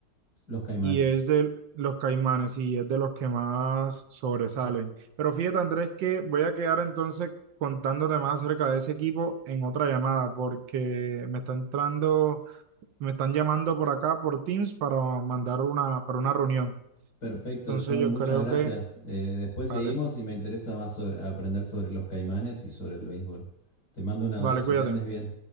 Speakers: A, on the left; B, on the right.
A: Los Caimanes.
B: y es de los Caimanes y es de los que más sobresalen. Pero fíjate, Andrés, que voy a quedar entonces contándote más acerca de ese equipo en otra llamada porque me está entrando, me están llamando por acá por Teams para mandar una, para una reunión.
A: Perfecto,
B: Entonces
A: John,
B: yo
A: muchas
B: creo
A: gracias.
B: que,
A: Eh, después
B: vale.
A: seguimos y me interesa más sobre- aprender sobre los caimanes y sobre el béisbol. Te mando un abrazo,
B: Vale, cuídate.
A: que andes bien.